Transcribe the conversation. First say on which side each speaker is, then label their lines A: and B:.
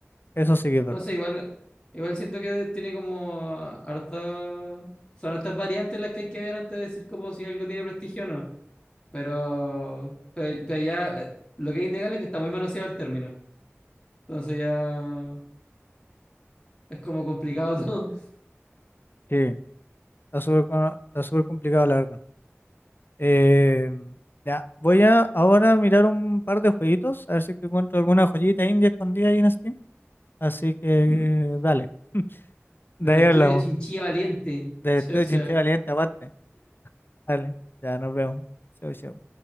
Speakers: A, on the left (about 50°); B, on the left (about 20°).
A: Eso sí que es verdad.
B: Entonces, igual igual siento que tiene como harta son hartas variantes las que hay que ver antes de decir como si algo tiene prestigio o no, pero pero, pero ya eh, lo que es innegable es que está muy manoseado el término. Entonces ya es como complicado todo.
A: Sí, está súper co- está súper complicado, la verdad. Eh, ya, voy a ahora mirar un par de jueguitos, a ver si es que encuentro alguna joyita india escondida ahí en Steam. Así que
B: <laughs>
A: dale, <laughs> de
B: Del
A: ahí
B: estudio
A: hablamos.
B: Chinchilla Valiente.
A: De
B: Chucha.
A: Estudio Chinchilla Valiente, aguante. Dale, ya nos vemos. Chau, chau.